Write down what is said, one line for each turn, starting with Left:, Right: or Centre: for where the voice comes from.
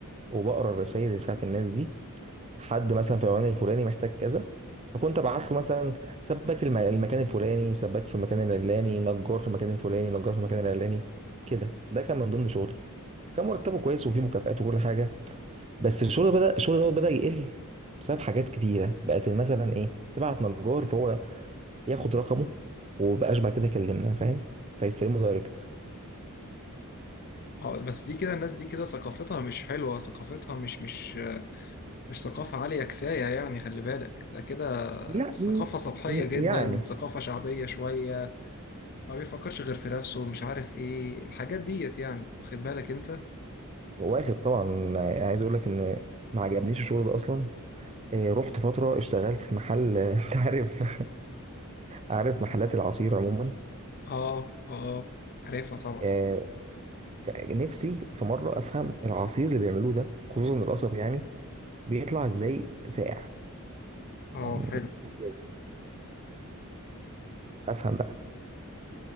Right: وبقرا الرسائل بتاعت الناس دي حد مثلا في العنوان الفلاني محتاج كذا فكنت ابعت له مثلا سباك الم- المكان الفلاني سباك في المكان العلاني نجار في المكان الفلاني نجار في المكان العلاني كده ده كان من ضمن شغلي كان مرتبه كويس وفيه مكافآت وكل حاجه بس الشغل بدا الشغل دوت بدا يقل بسبب حاجات كتيره بقت مثلا ايه تبعت نجار فهو ياخد رقمه ومبقاش بعد كده يكلمنا فاهم فيتكلموا دايركت
Left: اه بس دي كده الناس دي كده ثقافتها مش حلوة ثقافتها مش مش مش ثقافة عالية كفاية يعني خلي بالك ده كده
Right: لا
Left: ثقافة
Right: م-
Left: سطحية
Right: م-
Left: جدا
Right: يعني
Left: ثقافة شعبية شوية ما بيفكرش غير في نفسه مش عارف ايه الحاجات ديت يعني واخد بالك انت
Right: واخد طبعا يعني عايز اقول لك ان ما عجبنيش الشغل ده اصلا إيه، رحت فتره اشتغلت في محل <laughs> انت عارف عارف محلات العصير عموما
Left: اه اه عارفها طبعا
Right: إيه، ك- نفسي في مره افهم العصير اللي بيعملوه ده خصوصا القصب يعني بيطلع ازاي ساقع
Left: اه
Right: يعني
Left: حلو
Right: ازاي افهم بقى